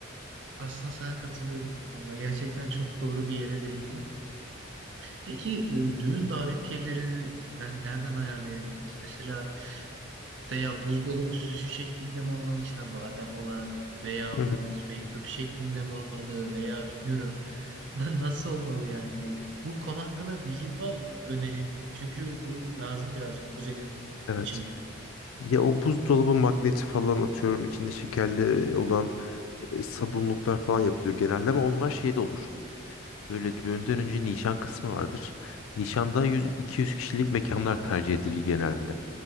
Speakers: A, on the right; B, on the left.
A: Aslında sana katılıyorum bu konuda. Gerçekten çok doğru bir yere değindin. Peki e, düğün davetiyelerini yani nereden ayarlayabiliriz? Mesela veya buzdolabı süsü şeklinde mi olmalı içine badem olan veyahut
B: Hı hı,
A: mektup şeklinde mi olmalı veya bilmiyorum <laughs> Na- nasıl olmalı yani bu? Bu konu hakkında bilgin var mı? Öneri. Çünkü bu lazım birazcık kuzenim
B: evet.
A: için.
B: Ya o buzdolabı magneti falan atıyorum içinde şekerli olan e, sabunluklar falan yapılıyor genelde ama onlar şeyde olur. Böyle düğünden önce nişan kısmı vardır. Nişanda 100-200 kişilik mekanlar tercih edilir genelde.